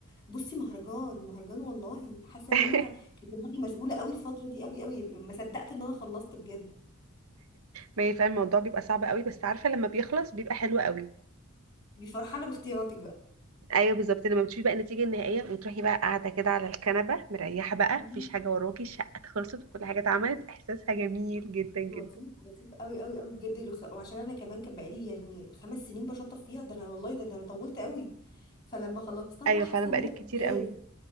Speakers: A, on the left (about 20°); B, on the right (about 75°).
A: بصي مهرجان مهرجان والله حاسه
B: <laughs>
A: ان انا كانت دماغي مشغوله قوي الفتره دي قوي قوي ما صدقت ان انا خلصت بجد
B: ما هي فعلا الموضوع بيبقى صعب قوي بس عارفه لما بيخلص بيبقى حلو قوي
A: تبقي فرحانه باختياراتك بقى
B: ايوه بالظبط لما بتشوفي بقى النتيجه النهائيه وتروحي بقى قاعده كده على الكنبه مريحه بقى
A: <laughs> مم.
B: مفيش حاجه وراكي الشقه خلصت وكل حاجه اتعملت احساسها جميل جدا جدا
A: لطيف لطيف قوي قوي قوي بجد الخ- وعشان انا كمان كان بقالي يعني خمس سنين بشطف فيها ده انا والله ده, ده انا طولت قوي فلما خلصتها
B: ايوه
A: بقى حاسه
B: فعلا
A: ان
B: بقالك
A: انا
B: كتير
A: انجاز
B: قوي